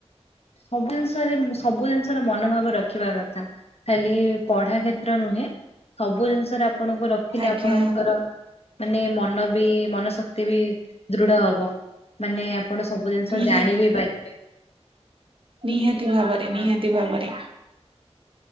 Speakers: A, on the left; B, on the right.
A: ସବୁ ଜିନିଷରେ ସବୁ ଜିନିଷର ମନୋଭାବ ରଖିବା କଥା। ଖାଲି ପଢା କ୍ଷେତ୍ର ନୁହେଁ, ସବୁ ଜିନିଷରେ ଆପଣଙ୍କୁ ରଖିଲେ
B: ଆଜ୍ଞା।
A: ଆପଣଙ୍କର ମାନେ ମନ ବି ମନ ଶକ୍ତି ବି ଦୃଢ ହବ। ମାନେ ଆପଣ ସବୁ ଜିନିଷ
B: ନିହାତି
A: ଜାଣି ବିି ପାରିବେ।
B: ନିହାତି ଭାବରେ
A: ଆପଣ
B: ନିହାତି ଭାବରେ।